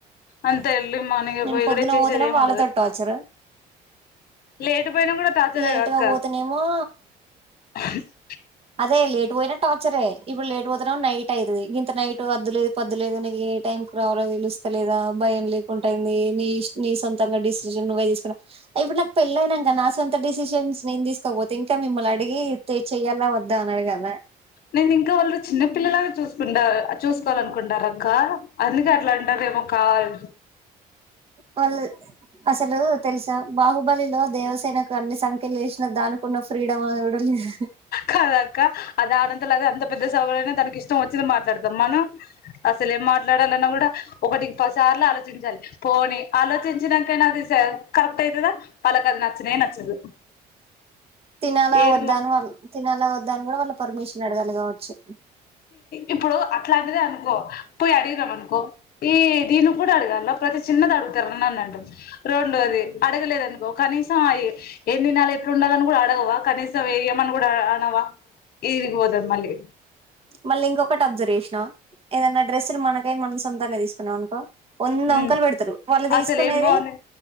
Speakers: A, on the left; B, on the right.
A: అన్ ఎర్లీ మార్నింగ్
B: నేను
A: పోయి
B: పొద్దున
A: కూడా చేసేది
B: పోతేనే
A: ఏమి
B: వాళ్ళతో
A: ఉండదు
B: టార్చర్
A: లేట్ పోయినా కూడా టార్చర్
B: లేట్
A: గా అక్క
B: పోతేనేమో
A: అ <unintelligible>
B: అదే లేటు పోయినా టార్చరే ఇప్పుడు లేట్ పోతున్నా నైట్ అయితుది ఇంత నైట్ అద్దులేదు పద్దు లేదు ఏ టైం కు రావాలో తెలుస్తలేదా భయం లేకుంటయింది నీ నీ సొంతంగా డెసిషన్ భ తీసుకు ఇప్పుడు నాకు పెళ్ళ అయినాక నా సొంత డెసిషన్స్ నేను తీసుకోకపోతే ఇంకా మిమ్మని అడిగి చెయ్యాల వద్దా అడగాల
A: నేను ఇంకా వాళ్ళు చిన్న పిల్లలానే చూసుకుంటా చూసుకోవాలనుకుంటార అక్క అందుక లండరమ కాల్
B: వాళ్ళు అసలు తెలుసా బాహుబలిలో దేవసేనకు అన్ని సంకెలు వేసిన దానికున్న ఫ్రీడమ్ కూడా లేదు.
A: కాదా అక్క అది ఆడ అ అంతలా <unintelligible> ఎవలైనా తనకి ఇష్టం వచ్చింది. మాట్లాడతారు. మనం అసలే ఏం మాట్లాడాలన్నా కూడా ఒకటికి పదిసార్లు ఆలోచించాలి. పోని ఆలోచించాకైనా అది కరెక్ట్ అయితదా వాళ్ళకాది నచ్చనే నచ్చదు.
B: తినాలా
A: ఏదిమో
B: వద్దాను వాళ్ళు తినలా వద్దాని కూడా వాళ్ళ పర్మిషన్ అడగాలి. కావచ్చు
A: ఇప్పుడు అట్లాంటిదే అనుకో పోయి అడిగినం అనుకో. ఈ దీన్ని కూడా అడిగల్నా ప్రతి చిన్నది అడుగుతారా నన్ను అంటాడు. రెండోది అడగలేద అనుకో కనీసం ఎమ్ తినాల ఎట్లు ఉండాలిని, కూడా అడగవా కనీసం వేయమని కూడా అనవా ఎడికిపోతది. మళ్ళీ
B: మళ్ళీ ఇంకొకటి అబ్జర్వేషన్ ఏదన్నా డ్రెస్సులు మనకై మనం సొంతంగా తీసుకున్నాం. అనుకో వంద
A: ఉమ్
B: వంకలు పెడతారు. వాళ్ళు తీసుకునేది
A: అసలు ఏం బాగుంది